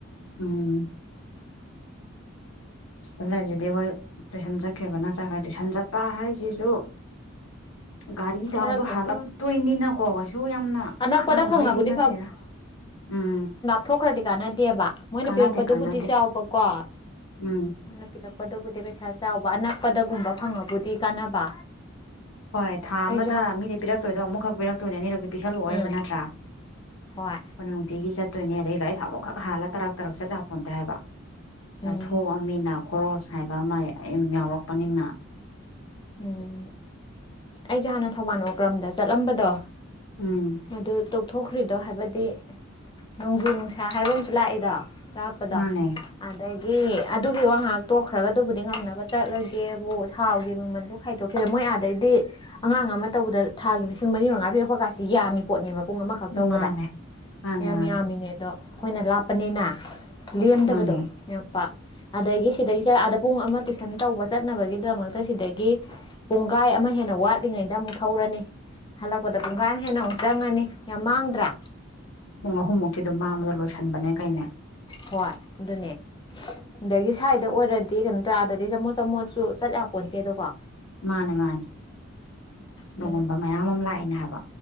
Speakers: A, on the left; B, on the left.
A: ꯎꯝ ꯁꯤꯗꯂꯩꯕꯁꯤ ꯑꯩꯈꯣꯏ ꯇꯨꯏꯁꯟ ꯆꯠꯈꯤꯕꯅ ꯆꯠꯈ꯭ꯔꯦ ꯇꯨꯏꯁꯟ ꯆꯠꯄ ꯍꯥꯏꯁꯤꯁꯨ ꯒꯥꯔꯤ
B: ꯈꯔ
A: ꯊꯥꯎꯗꯣ
B: ꯈꯛꯀꯤ
A: ꯍꯜꯂꯛꯇꯣꯏꯅꯤꯅꯀꯣ ꯀꯩꯁꯨ ꯌꯥꯝꯅ
B: ꯑꯅꯛꯄꯗ
A: ꯀꯥꯟꯅꯔꯨꯕꯩꯗꯤ
B: ꯐꯪꯉꯕꯨꯗꯤ
A: ꯅꯠꯇꯦꯗ ꯎꯝ
B: ꯊꯣꯛꯈ꯭ꯔꯗꯤ ꯀꯥꯟꯅꯗꯦꯕ ꯃꯣꯏꯅ
A: ꯀꯥꯟꯅꯗꯦ
B: ꯄꯤꯔꯛꯄꯗꯨꯕꯨꯗꯤ
A: ꯀꯥꯟꯅꯗꯦ
B: ꯌꯥꯎꯕꯀꯣ
A: ꯎꯝ
B: ꯃꫭꯏꯅ ꯄꯤꯔꯛꯄꯗꯕꯨꯗꯤ ꯄꯩꯁꯥ ꯆꯥꯎꯕ ꯑꯅꯛꯄꯗꯒꯨꯝꯕ ꯐꯪꯉꯕꯨꯗꯤ ꯀꯥꯟꯅꯕ
A: ꯍꯣꯏ ꯊꯥ ꯑꯃꯗ
B: ꯑꯩꯁꯨ
A: ꯃꯤꯗꯤ ꯄꯤꯔꯛꯇꯣꯏꯗꯣ ꯑꯃꯨꯛꯈꯛ ꯄꯤꯔꯛꯇꯣꯏꯅꯦ ꯑꯅꯤꯔꯛꯇꯤ ꯄꯤꯁꯜꯂꯛꯑꯣꯕ
B: ꯎꯝ
A: ꯅꯠꯇ꯭ꯔꯥ
B: ꯍꯣꯏ
A: ꯅꯨꯡꯇꯤꯒꯤ ꯆꯠꯇꯣꯏꯅꯦ ꯑꯗꯩ ꯒꯥꯔꯤ ꯊꯥꯎꯗꯣ ꯈꯛ ꯍꯥꯜꯂ ꯇꯔꯛ ꯇꯔꯛ ꯆꯠꯂ ꯍꯥꯞꯄꯣꯇ ꯍꯥꯏꯕ ꯆꯥꯊꯣꯛꯑ
B: ꯎꯝ
A: ꯃꯤꯅ ꯈꯣꯔꯣꯁ ꯍꯥꯏꯕ ꯑꯃ ꯌꯥꯎꯔꯛꯄꯅꯤꯅ
B: ꯎꯝ ꯑꯩꯁꯦ ꯍꯥꯟꯅ ꯊꯧꯕꯥꯜ ꯑꯣꯀ꯭ꯔꯝꯗ ꯆꯠꯂꯝꯕꯗꯣ
A: ꯎꯝ
B: ꯃꯗꯨ ꯇꯣꯛꯊꯣꯛꯈ꯭ꯔꯤꯗꯣ ꯍꯥꯏꯕꯗꯤ ꯅꯣꯡꯖꯨ ꯅꯨꯡꯁꯥ ꯍꯥꯏꯕ ꯑꯃꯁꯨ ꯂꯥꯛꯏꯗꯣ ꯄꯨꯔ ꯗꯣ
A: ꯃꯥꯅꯦ
B: ꯑꯗꯒꯤ ꯑꯗꯨꯒꯤ ꯋꯥ ꯉꯍꯥꯛ ꯇꯣꯛꯈ꯭ꯔꯒꯗꯨꯕꯨꯗꯤ ꯉꯝꯅꯕ ꯆꯠꯂ ꯀꯦꯕꯨ ꯊꯥꯎꯒꯤ ꯃꯃꯜꯗꯣ ꯈꯥꯏꯗꯣꯛꯈꯤꯕꯗ ꯃꯣꯏ ꯑꯥꯗꯗꯤ ꯑꯉꯥꯡ ꯑꯃ ꯇꯧꯕꯗ ꯊꯥꯒꯤ ꯂꯤꯁꯤꯡ ꯃꯔꯤ ꯃꯉꯥ ꯄꯤꯔꯛꯄ ꯀꯁꯦ ꯌꯥꯝꯃꯤ ꯄꯣꯠꯅꯦꯕ ꯄꯨꯡ ꯑꯃꯈꯛ ꯇꯧꯕꯗ
A: ꯃꯥꯅꯦ ꯃꯥꯅꯦ
B: ꯌꯥꯝ
A: ꯃꯥꯅꯦ
B: ꯌꯥꯝꯃꯤꯅꯦ ꯑꯗꯣ ꯑꯩꯈꯣꯏꯅ ꯂꯥꯞꯄꯅꯤꯅ ꯂꯦꯝꯗꯕꯗꯣ
A: ꯃꯥꯅꯦ
B: ꯌꯥꯝ ꯄꯥꯛ ꯑꯗꯒꯤ ꯁꯤꯗꯩꯗ ꯑꯥꯗ ꯄꯨꯡ ꯑꯃ ꯇꯨꯋꯏꯁꯟ ꯇꯧꯕꯁ ꯆꯠꯅꯕꯒꯤꯗꯃꯛꯇ ꯁꯤꯗꯒꯤ ꯄꯨꯡꯈꯥꯏ ꯑꯃ ꯍꯦꯟꯅ ꯋꯥꯠꯂꯤꯉꯩꯗ ꯑꯃꯨꯛ ꯊꯧꯔꯅꯤ ꯍꯜꯂꯛꯄꯗ ꯄꯨꯡꯈꯥ ꯑꯃ ꯍꯦꯟꯅ ꯑꯃꯨꯛ ꯆꯪꯉꯅꯤ ꯌꯥꯝ ꯃꯥꯡꯗ꯭ꯔꯥ
A: ꯄꯨꯡ ꯑꯍꯨꯝꯃꯨꯛꯇꯤ ꯑꯗꯨꯝ ꯃꯥꯡꯕꯗ ꯂꯣꯏꯁꯤꯟꯕꯅꯦ ꯀꯩꯅꯦ
B: ꯍꯣꯏ ꯑꯗꯨꯅꯦ ꯑꯗꯒꯤ ꯁ꯭ꯋꯥꯗ ꯑꯣꯏꯔꯗꯤ ꯀꯩꯅꯣ ꯇꯧꯔꯗꯗꯤ ꯆꯃꯣꯠ ꯆꯃꯣꯠꯁꯨ ꯆꯠ ꯌꯥꯄꯣꯟꯠꯇꯦꯗꯀꯣ
A: ꯃꯥꯅꯦ ꯃꯥꯅꯦ
B: ꯑꯗꯨꯅ
A: ꯅꯣꯡꯉꯕ ꯃꯌꯥꯝ ꯑꯃ ꯂꯥꯛꯏꯅꯦ ꯍꯥꯏꯕ